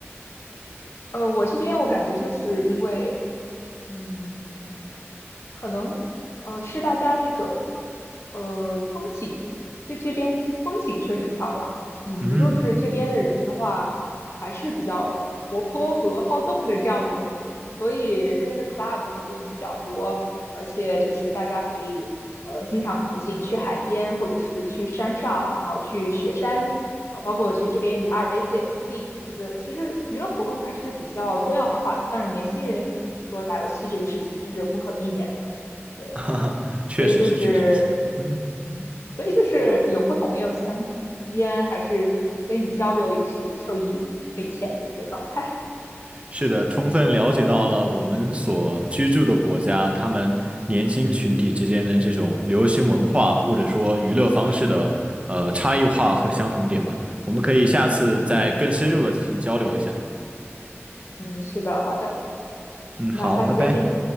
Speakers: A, on the left; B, on the right.
A: 呃，我这边我感觉就是因为，嗯，可能呃是大家那个呃风景，这这边风景确实漂亮，以及就是这边的人的话还是比较活泼和好动的这样一种，
B: 嗯，
A: 所以这边的 club 活动比较多，而且就是大家可以呃欣赏美景，去海边或者是去山上，然后去雪山。啊，包括去这边离阿尔卑斯也很近，就是其实娱乐活动还是比较多样化的。但是年轻人，你说打游戏这个事情，这是不可避免的。对，
B: <laughs> 哈哈，
A: 所以就是，
B: 确实是，确实是，嗯。
A: 嗯，所以就是有不同也有相同。今天还是跟你交流，也是受益匪浅的一个状态。
B: 是的，充分了解到了我们所居住的国家，他们年轻群体之间的这种流行文化或者说娱乐方式的呃差异化和相同点吧。我们可以下次再更深入的进行交流一下。
A: <laughs> 嗯嗯，是的，好的，
B: 嗯，
A: 那下次再见。
B: 好，拜拜。